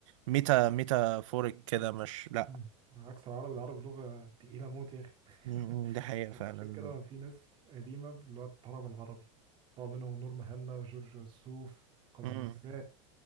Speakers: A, on the right; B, on the right.
A: ميتا ميتافوريك كده مش لا
B: مم. عكس العربي العربي لغة تقيلة موت يا اخي
A: امم
B: <laughs>
A: ده حقيقة فعلا
B: عشان كده في ناس قديمة اللي هو الطرب العربي طبعا منهم نور مهنا وجورج وسوف كاظم
A: امم
B: الساهر